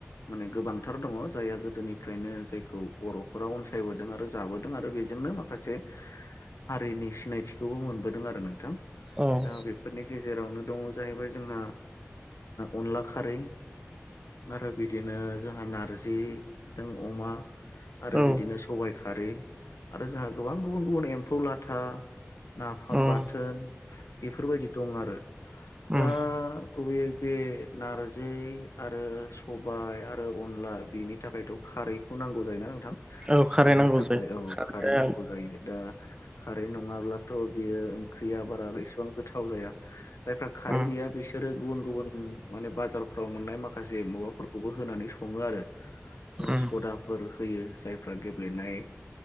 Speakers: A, on the left; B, on the right.
A: माने गोबांथार दङ जायहा गोदोनिफ्रायनो जायखौ बर'फोरााव अनसायबोदों आरो जाबोदों आरो बेजोंनो माखासे हारिनि सिनायथिखौबो मोनबोदों आरो नोंथां
B: उम
A: दा बेफोरनि गेजेरावनो दङ जाहैबाय जोंहा अनला खारै आरो बिदिनो जोंहा नारजिजों अमा आरो
B: औ
A: बिदिनो सबायाइ खारै आरो जोंहा गोबां गुबुन गुबुन एम्फौ लाथा नाफाम
B: उम
A: बाथोन बेफोरबायदि दं आरो दा
B: उम
A: गुबैयै बे नारजि आरो सबाय आरो अनला बेनि थाखायथ' खारैखौ नांगौ जायोना नोंथां
B: औ
A: संनो
B: खारै नांगौ
A: थाखाय
B: जायो
A: औ
B: खारैया
A: खारै नांगौ जायो दा खारै नङाब्लाथ' बियो ओंख्रियाबा एसेबां गोथाव जया जायफोरा खारै
B: उम
A: गैया बिसोरो गुबुन गुबुन माने बाजारफ्राव मोननाय माखासे माबाफोरखौबो होनानै सङो आरो
B: उम
A: सदाफोर होयो जायफ्रा गेब्लेनाय